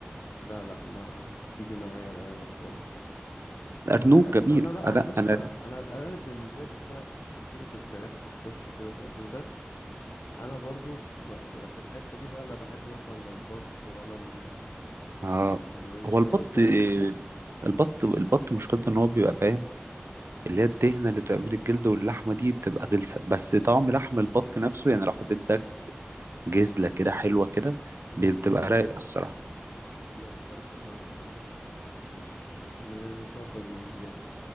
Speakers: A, on the left; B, on the right.
A: لا لا ما مش بتيجي معايا الارانب خالص
B: الارنوب
A: بح- انا
B: جميل
A: لا
B: انا
A: انا بص
B: انا
A: انا انا الارانب بالنسبه لي تحسها في فصيله الفراخ بتخش كده في الحته دي بس انا برضو ما- ما- في الحته دي بقى لا بحب مثلا لا البط ولا ال-
B: آه
A: الوز
B: هو البط
A: هو الفراخ
B: البط البط مشكلته ان هو بيبقى فاهم اللي هي الدهنه اللي بتبقى بين الجلد واللحمه دي بتبقى غلسه بس طعم لحم البط نفسه يعني لو حطيت ده جزله كده حلوه كده
A: امم
B: بتبقى رايقه الصراحه
A: ده الصراحه ما مش مش من المفضل بالنسبه لي